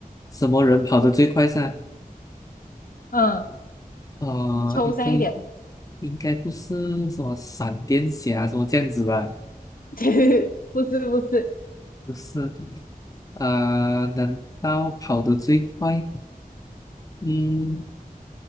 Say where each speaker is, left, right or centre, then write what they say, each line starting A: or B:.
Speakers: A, on the left (about 25°); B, on the left (about 70°).
A: 什么人跑得最快噻？
B: 嗯，
A: 呃，
B: 抽象一点，
A: 应该应该不是什么闪电侠什么这样子吧？
B: <laughs> 不是不是，
A: 不是，啊、难道跑得最快？嗯，